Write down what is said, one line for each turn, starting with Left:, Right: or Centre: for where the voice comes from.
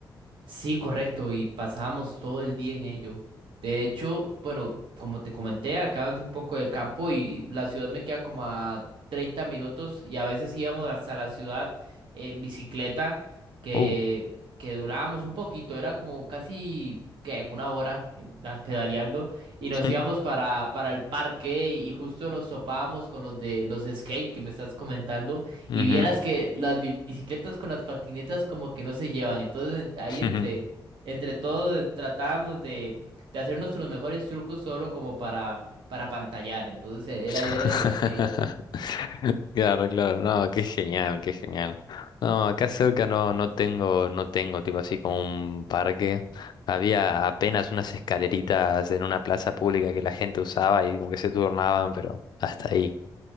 Right: Sí, correcto, y pasábamos todo el día en ello. De hecho, bueno, como te comenté, acá es un poco de campo y la ciudad me queda como a 30 minutos y a veces íbamos hasta la ciudad en bicicleta que,
Left: Uh.
Right: que durábamos un poquito, era como casi que una hora eh, da- pedaleando y nos
Left: <laughs>
Right: íbamos para, para el parque y justo nos topábamos con los de los de skate que me estás comentando.
Left: ujú,
Right: Y vieras que las bi- bicicletas con las patinetas como que no se llevan. Entonces en- ahí entre,
Left: ujú.
Right: entre todos eh, tratábamos de, de hacer nuestros mejores trucos solo como para, para pantallar. Entonces eh,
Left: <laughs>
Right: era, era divertido.
Left: Claro, claro, no, qué genial, qué genial. No, acá cerca no, no tengo, no tengo tipo así como un parque. Había apenas unas escaleritas en una plaza pública que la gente usaba y como que se turnaban, pero hasta ahí.